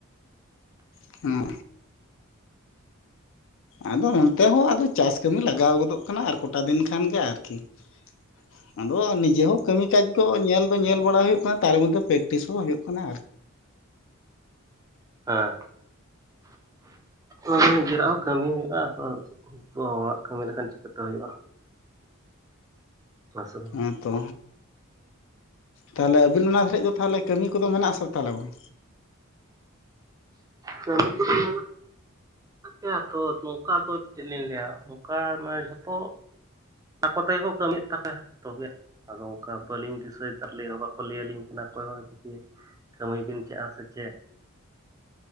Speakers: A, on the left; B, on the right.
A: <unintelligible> ᱟᱫᱚ ᱚᱱᱛᱮ ᱦᱚᱸ ᱟᱫᱚ ᱪᱟᱥ ᱠᱟᱹᱢᱤ ᱞᱟᱜᱟᱣ ᱜᱚᱫᱚᱜ ᱠᱟᱱᱟ ᱟᱨ ᱠᱚᱴᱟ ᱫᱤᱱ ᱠᱷᱟᱱᱜᱮ ᱟᱨᱠᱤ ᱾ ᱟᱫᱚ ᱱᱤᱡᱮ ᱦᱚᱸ ᱠᱟᱹᱢᱤ ᱠᱟᱡᱽ ᱠᱚ ᱧᱮᱞ ᱫᱚ ᱧᱮᱞ ᱵᱟᱲᱟ ᱦᱩᱭᱩᱜ ᱠᱟᱱᱟ ᱛᱟᱨᱮ ᱢᱚᱫᱽᱫᱷᱮ ᱯᱮᱠᱴᱤᱥ ᱦᱚᱸ ᱦᱩᱭᱩᱜ ᱠᱟᱱᱟ ᱟᱨᱠᱤ ᱾
B: ᱦᱮᱸ, ᱚᱱᱟ ᱫᱚ ᱱᱤᱡᱟᱹᱨᱟᱜ ᱦᱚᱸ ᱠᱟᱹᱢᱤ ᱦᱩᱭᱩᱜᱼᱟ ᱛᱚ ᱾ ᱩᱱᱠᱩ ᱦᱚᱲᱟᱜ ᱠᱟᱹᱢᱤ ᱞᱮᱠᱷᱟᱱ ᱪᱤᱠᱟᱹᱛᱮ ᱦᱩᱭᱩᱜᱼᱟ, ᱦᱮᱸᱥᱮ ᱵᱟᱝ
A: ᱦᱮᱸ, ᱛᱚ ᱛᱟᱦᱚᱞᱮ ᱟᱹᱵᱤᱱ ᱚᱱᱟ ᱫᱷᱟᱹᱨᱤᱡ ᱫᱚ ᱛᱟᱦᱚᱞᱮ ᱠᱟᱹᱢᱤ ᱠᱚᱫᱚ ᱢᱮᱱᱟᱜ ᱟᱥᱮ ᱛᱟᱦᱚᱞᱮ ᱵᱟᱝ
B: ᱠᱟᱢᱤ ᱠᱚᱫᱚ <unintelligible> ᱭᱟ ᱛᱚ ᱱᱚᱝᱠᱟ ᱫᱚ ᱪᱮ ᱞᱤᱧ ᱞᱟᱹᱭᱟ ᱱᱚᱝᱠᱟ ᱢᱟ ᱡᱷᱚᱛᱚ ᱟᱠᱚ ᱛᱮᱜᱮᱠᱚ ᱠᱟᱹᱢᱤᱭᱮᱫ ᱛᱟᱠᱚᱣᱟ ᱡᱚᱛᱚ ᱜᱮ, ᱟᱫᱚ ᱚᱱᱠᱟ ᱵᱟᱹᱞᱤᱧ ᱫᱤᱥᱟᱹᱭᱮᱫᱟ ᱞᱟᱹᱭ ᱦᱚᱸ ᱵᱟᱠᱚ ᱞᱟᱹᱭ ᱟᱹᱞᱤᱧ ᱠᱟᱱᱟ ᱚᱠᱚᱭ ᱦᱚᱸ ᱡᱮ ᱠᱟᱹᱢᱤ ᱵᱤᱱ ᱪᱮᱫᱼᱟ ᱥᱮ ᱪᱮᱫ ᱾